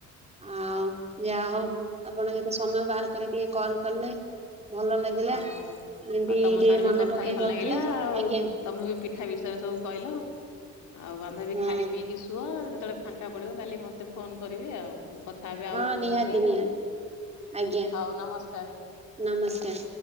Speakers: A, on the right (about 20°); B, on the left (about 75°).
A: ଆଉ ଯାହା ହଉ ଆପଣ ଯେତେ ସମୟ ବାହାର କରି ଟିକେ କଲ୍ କଲେ ଭଲ ଲାଗିଲା
B: ହଉ।
A: ଯେମିତି
B: ଆଉ ତମ
A: ଟିକେ
B: ସାଙ୍ଗରେ ବି
A: ମନେ
B: କଥା
A: ପକେଇ
B: ହେଇ ଭଲ
A: କରୁଥିବେ
B: ନାଗିଲା ଆଉ-ଉ।
A: ଆଜ୍ଞା
B: ତମେ ବି ପିଠା ବିଷୟରେ ସବୁ କହିଲ। ଆଉ ବାନ୍ଧବି
A: ହଁ
B: ଖାଇ ପିଇକି ଶୁଅ। ଯେତେବେଳେ ଫାଙ୍କା ପଡିବ କାଲି ମତେ ଫୋନ୍ କରିବେ ଆଉ। କଥା ହେବେ ଆଉ
A: ହଁ
B: କଉ
A: ନିହାତି
B: ବିଷୟରେ?
A: ନିହାତି ଆଜ୍ଞା
B: ହଉ ନମସ୍କାର।
A: ନମସ୍କାର।